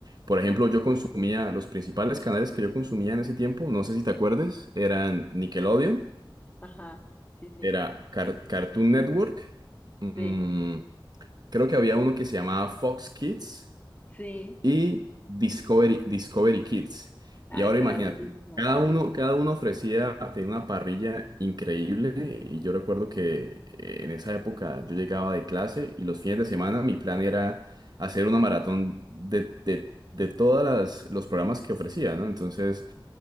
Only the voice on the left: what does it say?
Ajá, sí, sí,
sí,
sí.
Ah,
ese
era buenísimo.